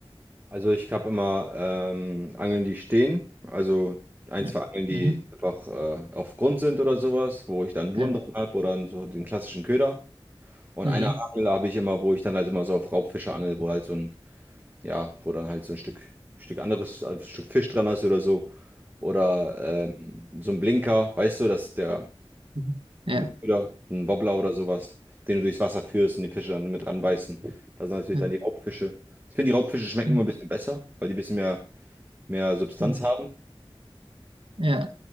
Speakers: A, on the right; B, on the right.
A: Also ich habe immer ähm, Angeln, die stehen. Also ein,
B: Ja.
A: zwei Angeln, die
B: Mhm.
A: einfach äh, auf Grund sind oder sowas, wo ich dann einen Wurm
B: Ja.
A: drin habe oder so den klassischen Köder. Und
B: Mhm.
A: eine Angel habe ich immer, wo ich dann halt immer so auf Raubfische angel, wo halt so ein, ja, wo dann halt so ein Stück, Stück anderes, ein Stück Fisch dran ist oder so. Oder ähm, so ein Blinker, weißt du, dass der,
B: Mhm. Ja.
A: so ein Köder, so ein Wobbler oder sowas, den du durchs Wasser führst und die Fische dann mit ranbeißen. Da sind natürlich
B: Ja.
A: dann die Raubfische. Ich finde, die Raubfische schmecken
B: Mhm.
A: immer ein bisschen besser, weil die ein bisschen mehr mehr Substanz
B: Mhm.
A: haben.
B: Ja.